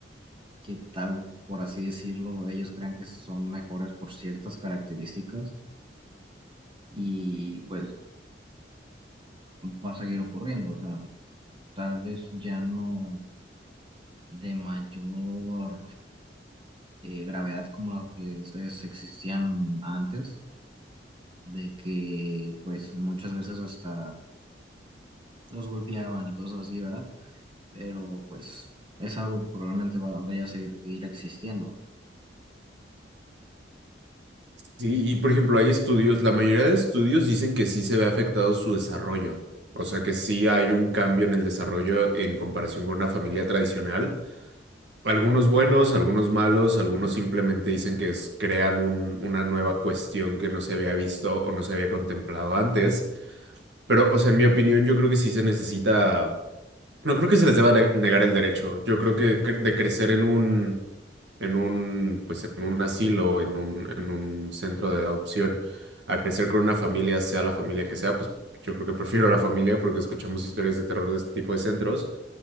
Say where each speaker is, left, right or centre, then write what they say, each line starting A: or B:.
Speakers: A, on the right (about 30°); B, on the right (about 75°).
A: que tal, por así decirlo, ellos crean que son mejores por ciertas características y pues va a seguir ocurriendo, o sea, tal vez ya no de mayor eh, gravedad como la que es- es- existían antes, de que pues muchas veces hasta los golpeaban y cosas así, ¿verdad? Pero pues es algo que probablemente va- vaya a seguir existiendo.
B: Sí, y por ejemplo, hay estudios, la mayoría de estudios dicen que sí se ve afectado su desarrollo. O sea que sí hay un cambio en el desarrollo en comparación con una familia tradicional. Algunos buenos, algunos malos, algunos simplemente dicen que es- crean un- una nueva cuestión que no se había visto o no se había contemplado antes. Pero, o sea, en mi opinión, yo creo que sí se necesita. No creo que se les deba de- negar el derecho. Yo creo que cre- de crecer en un, en un, pues en un asilo, en un, en un centro de adopción, a crecer con una familia, sea la familia que sea, pues yo creo que prefiero la familia porque escuchamos historias de terror de este tipo de centros.